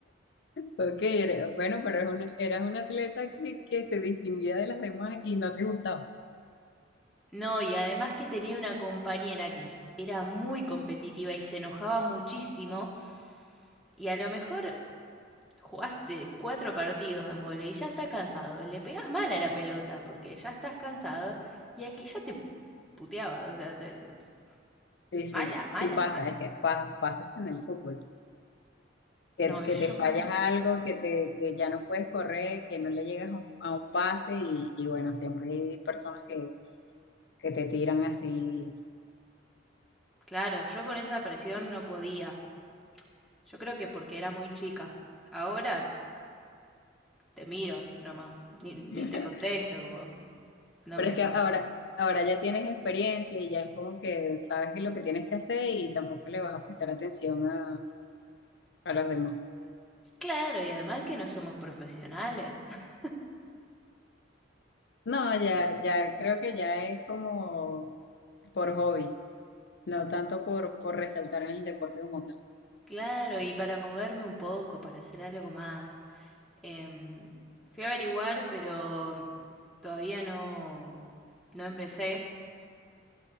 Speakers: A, on the left; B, in the centre.
A: Ok, eres- bueno, pero eras una, eras una atleta que, que se distinguía de las demás y no te gustaba.
B: No, y además que tenía una compañera que es- era muy competitiva y se enojaba muchísimo. Y a lo mejor jugaste cuatro partidos en vóley y ya estás cansado. Le pegás mal a la pelota porque ya estás cansado. Y aquí ya te puteaba. O sea, te- te- te-
A: Sí, sí,
B: mala,
A: sí
B: mala,
A: pasa,
B: mala.
A: es que pasa, pasa hasta en el fútbol. Que,
B: No,
A: que
B: y yo
A: te fallas
B: con.
A: algo, que, te, que ya no puedes correr, que no le llegas a un, a un pase y, y bueno, siempre hay personas que, que te tiran así.
B: Claro, yo con esa presión no podía. Yo creo que porque era muy chica. Ahora te miro nomás. Ni, ni
A: <laughs>
B: te contesto, como. No
A: Pero
B: me
A: es que
B: pasa.
A: ahora, ahora ya tienes experiencia y ya es como que sabes que lo que tienes que hacer y tampoco le vas a prestar atención a, a los demás.
B: Claro, y además que no somos profesionales. <laughs>
A: No,
B: Sí,
A: ya,
B: sí.
A: ya creo que ya es como por hobby, no tanto por, por resaltar en el deporte como tal.
B: claro, y para moverme un poco, para hacer algo más. em, fui a averiguar, pero todavía no, no empecé